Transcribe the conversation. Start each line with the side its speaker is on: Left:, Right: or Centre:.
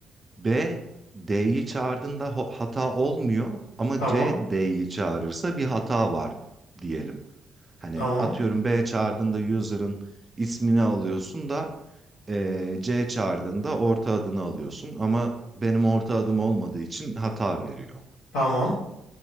Right: B D'yi çağırdığında ho- hata olmuyor ama
Left: tamam.
Right: C D'yi çağırırsa bir hata var diyelim. Hani
Left: Tamam.
Right: atıyorum B çağırdığında user'ın ismini alıyorsun da eee, C çağırdığında orta adını alıyorsun ama benim orta adım olmadığı için hata veriyor.
Left: Tamam.